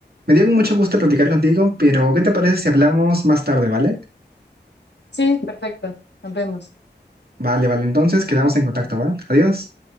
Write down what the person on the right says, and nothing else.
Me dio mucho gusto platicar contigo, pero ¿qué te parece si hablamos más tarde, vale?
Vale, vale, entonces quedamos en contacto, ¿va? Adiós.